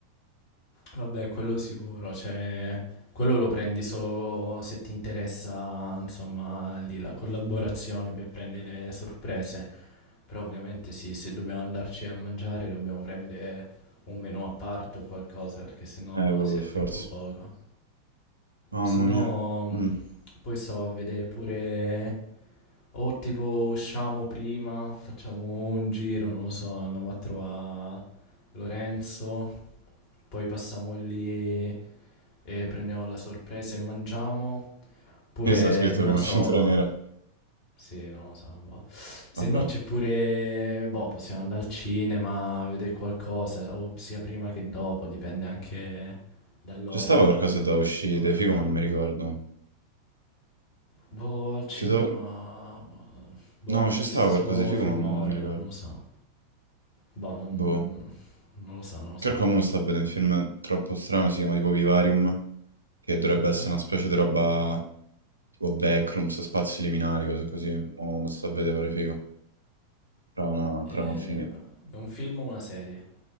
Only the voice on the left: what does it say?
Vabbè, quello sicuro, cioè, quello lo prendi solo se ti interessa, insomma, lì la collaborazione per prendere le sorprese. Però ovviamente sì, se dobbiamo andarci a mangiare dobbiamo prendere un menù a parte o qualcosa, perché sennò
si
è
troppo poco.
Se no,
mh,
poi stavo a vedere pure... O tipo usciamo prima, facciamo un giro, non lo so, andiamo a trovare Lorenzo, poi passiamo lì e prendiamo la sorpresa e mangiamo. Oppure,
non
lo so,
sì, non lo so. boh. Se
no c'è pure, boh, possiamo andare al cinema, a vedere qualcosa, o sia prima che dopo, dipende anche dall'ora
in cui
decidiamo di
andare.
Boh, al cinema,
boh,
ho visto
solo
film
horror,
non lo so. Boh, non,
non lo so, non lo so.
Mhm.
Eh,
È un film o una serie?